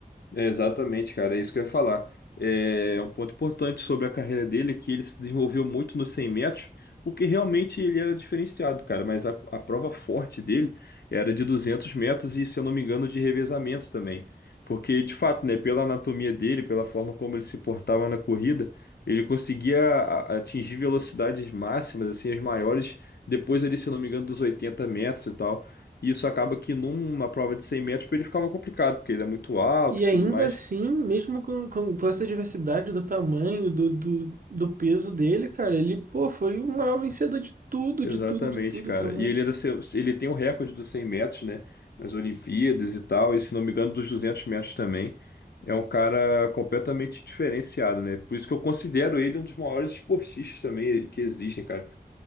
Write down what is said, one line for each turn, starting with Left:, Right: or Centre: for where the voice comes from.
Left: é exatamente, cara, é isso que eu ia falar. É um ponto importante sobre a carreira dele é que ele se desenvolveu muito nos 100 metros, porque realmente ele era diferenciado, cara. Mas a, a prova forte dele era de 200 metros e, se eu não me engano, de revezamento também. Porque, de fato, né, pela anatomia dele, pela forma como ele se portava na corrida, ele conseguia a- atingir velocidades máximas, assim, as maiores, depois ali, se eu não me engano, dos 80 metros e tal. E isso acaba que numa prova de 100 metros pra ele ficava complicado, porque ele é muito alto
Right: E
Left: e
Right: ainda
Left: tudo mais.
Right: assim, mesmo com, com, com essa diversidade do tamanho, do, do, do peso dele, cara, ele, pô, foi o maior vencedor de tudo,
Left: Exatamente,
Right: de tudo, de tudo
Left: cara.
Right: também.
Left: E ele, é da seu- ele tem o recorde dos 100 metros, né? Nas Olimpíadas e tal, e se não me engano, dos 200 metros também. É um cara completamente diferenciado, né? Por isso que eu considero ele um dos maiores esportistas também que existem, cara.